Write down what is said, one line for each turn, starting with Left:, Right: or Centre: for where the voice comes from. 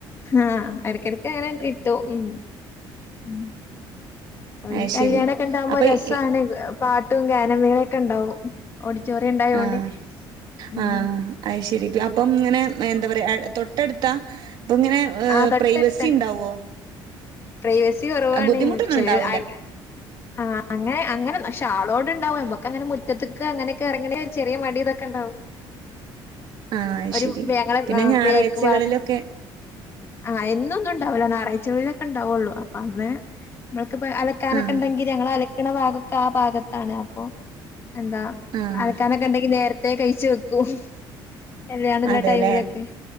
Left: ആഹ് ഇടക്കിടക്ക് അങ്ങനെ കിട്ടും ഉം ഉം ഒരു
Right: അത്
Left: കല്യാണക്കെ
Right: ശരി
Left: ഉണ്ടാവുമ്പോ
Right: അപ്പൊ
Left: രസാണ്
Right: ഈ
Left: പാട്ടും ഗാന മേളോക്കെ ഉണ്ടാവും ഓഡിറ്റോറിയം ഉണ്ടായോണ്ട്
Right: ആഹ്
Left: ഉം
Right: ആഹ് അത് ശരി അപ്പം ഇങ്ങനെ എന്താ പറയുക തൊട്ടെടുത്താൽ അപ്പം ഇങ്ങനെ ഏഹ്
Left: ആ തൊട്ടടുത്തന്നെ
Right: പ്രൈവസി ഉണ്ടാവോ
Left: പ്രൈവസി കുറവാണ്,
Right: ബുദ്ധിമുട്ടൊന്നും
Left: <unintelligible>
Right: ഉണ്ടാവൂല
Left: ആഹ് അങ്ങനെ അങ്ങനെ ക്ഷാളോട് ഉണ്ടാവും നമ്മുക്ക് അങ്ങനെ മുറ്റത്തക്ക് അങ്ങനെക്കെ ഇറങ്ങണമെങ്കിൽ ഒരു ചെറിയ മടി ഇതൊക്കെണ്ടാവും
Right: ആഹ് അത്
Left: ഒരു
Right: ശരി
Left: ങ്ങളെ
Right: പിന്നെ
Left: ആഹ്
Right: ഞായറാഴ്ചകളിലൊക്കെ
Left: ബേക്ക് ഭാഗം ആഹ് എന്നൊന്നും ഉണ്ടാവില്ല, ഞായറാഴ്ചകുള്ളിലൊക്കെ ഉണ്ടാവുള്ളൂ അപ്പൊ അന്ന് നമ്മക്ക് ഇപ്പ അല അലക്കാനൊക്കെ
Right: ആഹ്
Left: ഉണ്ടെങ്കി ഞങ്ങൾ അലക്കണ ഭാഗൊക്കെ ആഹ് ഭാഗത്താണ് അപ്പൊ എന്താ
Right: ആഹ്
Left: ആലക്കാനോക്കെ ഉണ്ടെങ്കി നേരത്തെ കഴിച്ച് വെക്കും കല്യാണം ഉള്ള
Right: അതെല്ലേ
Left: ടൈമിലൊക്കെ